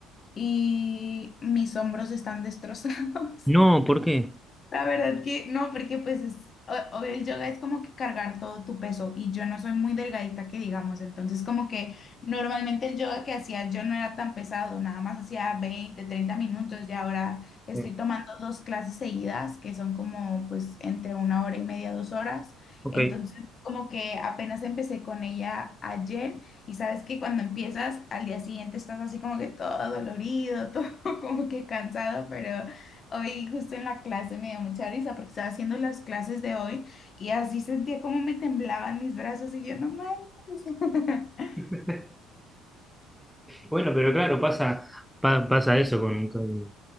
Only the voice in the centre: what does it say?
No,
¿por qué?
Eh,
ok.
<laughs> Bueno, pero claro, pasa, pa- pasa eso con, con-